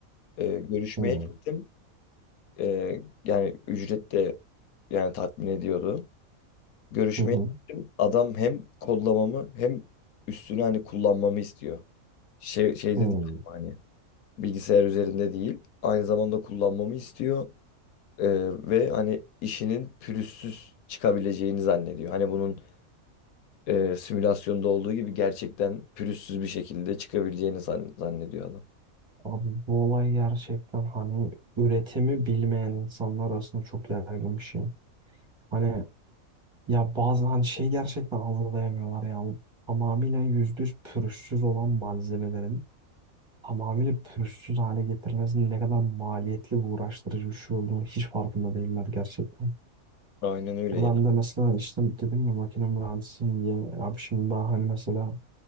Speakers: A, on the left; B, on the right.
A: E, görüşmeye
B: Hı.
A: gittim. E, yani ücret de yani tatmin ediyordu. Görüşmeye
B: Hı hı.
A: gittim. Adam hem kodlamamı hem üstüne hani kullanmamı istiyor. Şey, şeyde
B: Hı.
A: değil hani bilgisayar üzerinde değil. Aynı zamanda kullanmamı istiyor. Ee, ve hani işinin pürüzsüz çıkabileceğini zannediyor. Hani bunun e, simülasyonda olduğu gibi gerçekten pürüzsüz bir şekilde çıkabileceğini zan- zannediyor adam.
B: Abi bu olay gerçekten hani üretimi bilmeyen insanlar arasında çok yaygın bir şey. Hani ya bazı hani şey gerçekten algılayamıyorlar ya. Bu Tamamıyla yüzde yüz pürüzsüz olan malzemelerin tamamıyla pürüzsüz hale getirilmesinin ne kadar maliyetli ve uğraştırıcı bir şey olduğunu hiç farkında değiller gerçekten.
A: Aynen öyle
B: Ya
A: ya.
B: ben de mesela işte dedim ya makine mühendisiyim diye. Abi şimdi ben hani mesela